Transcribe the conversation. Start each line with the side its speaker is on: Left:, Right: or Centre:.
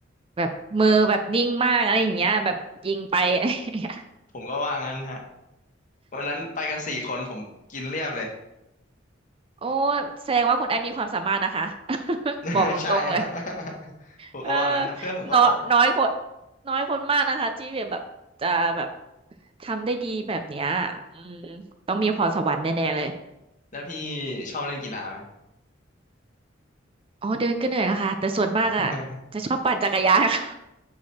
Right: แบบมือแบบนิ่งมากอะไรอย่างเงี้ยแบบยิงไป <laughs> อะไรอย่างเงี้ย
Left: ผมก็ว่างั้นฮะวันนั้นไปกันสี่คนผมกินเรียบเลย
Right: โอ้แสดงว่าคุณไอมีความสามารถนะคะ <laughs>
Left: <laughs>
Right: บอกตรงๆเลย
Left: ใช่ฮะ <laughs> ผมก็ว่างั้นฮะเพื่อนผมก็บอก
Right: เออน้อยน้อยคนน้อยคนมากนะคะที่แบบจะแบบทำได้ดีแบบเนี้ยอืมต้องมีพรสวรรค์แน่ๆเลย
Left: แล้วพี่ชอบเล่นกีฬาไหม
Right: อ๋อเดินก็เหนื่อยนะคะแต่ส่วนมากอ่ะจะชอบปั่นจักรยาน
Left: <laughs>
Right: <laughs> นะค่ะ